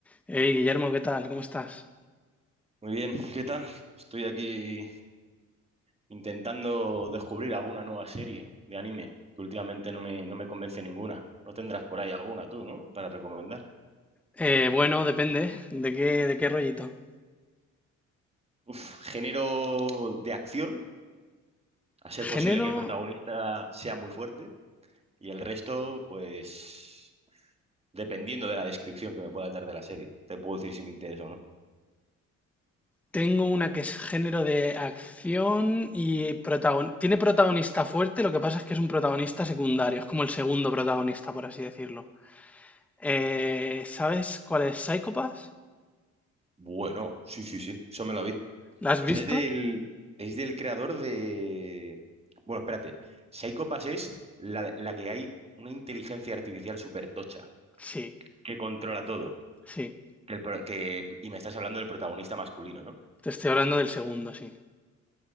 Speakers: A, in the centre; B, on the right (about 20°).
A: Hey, Guillermo, ¿qué tal? ¿Cómo estás?
B: Muy bien, ¿qué tal? Estoy aquí intentando descubrir alguna nueva serie de anime, que últimamente no me, no me convence ninguna. No tendrás por ahí alguna tú, ¿no? Para recomendar.
A: Eh, bueno, depende de qué, de qué rollito.
B: Género de acción, a ser posible
A: Género,
B: que el protagonista sea muy fuerte, y el resto, pues, dependiendo de la descripción que me pueda dar de la serie, te puedo decir si me interesa o no.
A: tengo una que es género de acción y protagon- tiene protagonista fuerte, lo que pasa es que es un protagonista secundario, es como el segundo protagonista, por así decirlo. Eh, ¿sabes cuál es Psychopass?
B: Bueno, sí, sí, sí, eso me la vi. O
A: ¿La has visto?
B: sea, es del, es del creador de... Bueno, espérate. Psycho Pass es la, la que hay una inteligencia artificial súper tocha,
A: Sí,
B: que controla todo.
A: sí.
B: Que el pro- que- y me estás hablando del protagonista masculino, ¿no?
A: Te estoy hablando del segundo, sí.